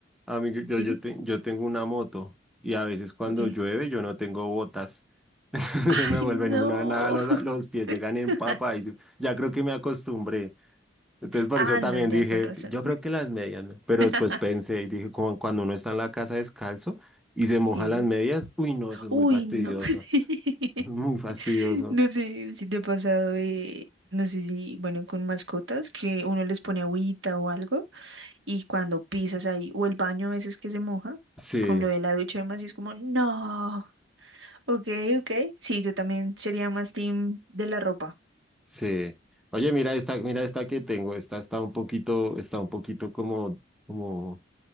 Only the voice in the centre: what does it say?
a mí, yo,
yo, te- yo tengo una moto y a veces cuando
llueve yo no tengo botas. <laughs>
Se me vuelven
una nada, los, los pies llegan en
papa y se- ya creo que me acostumbré. Entonces por
eso
también
dije,
yo creo que las medias, ¿no? Pero
después pensé y dije, como cuando uno está en la casa descalzo y se moja
las medias, uy, no, eso es
muy fastidioso.
<laughs> Eso es muy fastidioso.
Sí.
Sí. Oye, mira esta, mira esta que tengo. Esta está un poquito, está un poquito como, como